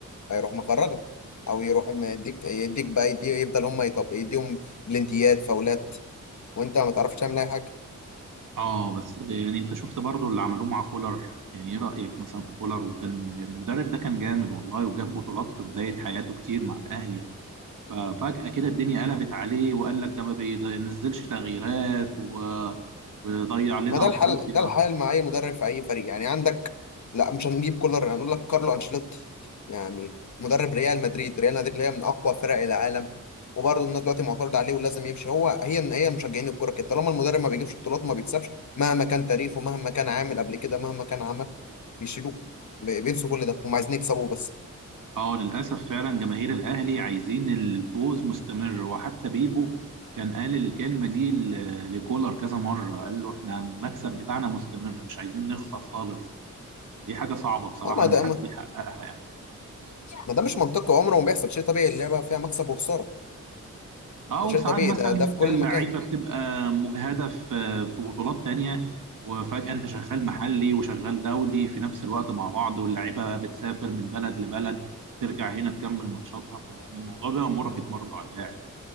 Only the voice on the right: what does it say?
اه بس يعني انت شفت برضو اللي عملوه مع كولر يعني ايه رأيك مثلا في كولر وكان المدرب ده كان جامد والله وجاب بطولات في بداية حياته كتير مع الأهلي ففجأة كده الدنيا قلبت عليه وقال لك ده ما بينزلش تغييرات و- ويضيع لنا
أفريقيا
اه للأسف فعلا جماهير الأهلي عايزين الفوز مستمر وحتى بيبو كان قال الكلمة دي ل- لكولر كذا مرة قال له احنا المكسب بتاعنا مستمر مش عايزين نخسر خالص دي حاجة صعبة بصراحة
إن
حد
يحققها يعني
اه
وساعات
مثلا
انت
اللعيبه
بتبقى مجهده في في بطولات تانية وفجاه انت شغال محلي وشغال دولي في نفس الوقت مع بعض واللعيبه بتسافر من بلد لبلد ترجع هنا تكمل ماتشاتها فيعني الموضوع بقى مرهق برضه على اللاعب